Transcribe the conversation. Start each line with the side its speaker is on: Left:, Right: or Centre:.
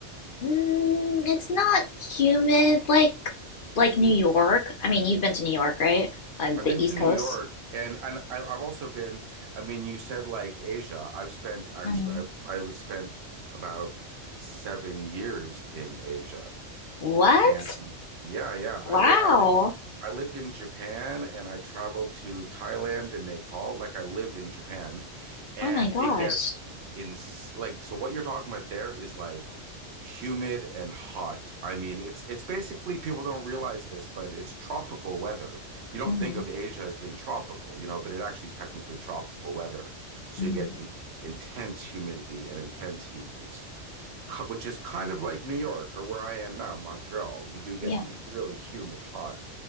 Left: Mm, it's not humid like like New York. I mean, you've been to New York, right? On
Right: I've
Left: the
Right: been to
Left: East
Right: New
Left: Coast.
Right: York and and I, I've also been, I mean, you said like Asia. I've spent actually
Left: hmm
Right: I've I was spent about seven years in Asia.
Left: What?
Right: And yeah, yeah,
Left: Wow.
Right: I live I lived I lived in Japan and I traveled to Thailand and Nepal. Like I lived in Japan. and
Left: Oh my gosh.
Right: it gets in like so what you're talking about there is like humid and hot. I mean, it's it's basically people don't realize this, but it's tropical weather. You don't
Left: hmm
Right: think of Asia as being tropical, you know, but it actually is technically tropical weather. So
Left: hmm
Right: you get in, intense humidity and intense heat. It's ki- which is kind of like New York or where I am now, Montreal. You do get
Left: Yeah.
Right: these really humid, hot